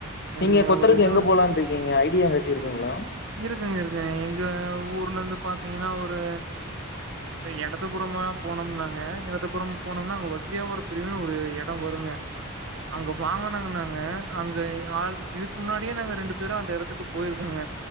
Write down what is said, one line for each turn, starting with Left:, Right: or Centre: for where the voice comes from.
Left: நீங்க
Right: அங்க
Left: கொத்தருக்கு
Right: ஒரு இது
Left: எங்க போலானுடிருக்கீங்க ஐடியா எதாச்சி இருக்குங்களா
Right: இருக்குங்க இருக்குங்க எங்க ஊர்ல இருந்து பாத்தீங்கன்னா ஒரு இடதுபுறமா போனோம்னாங்க இடதுபுறம் போனோம்னா அங்க ஒத்தையா பிரிவு ஒரு இடோ வருங்க
Left: <inaudible>
Right: அங்க வாங்கனாங்க நாங்க அங்க ஆ இதுக்கு முன்னாடியே நாங்க ரெண்டு பேரும் அந்த இடத்துக்கு போயிருக்கங்க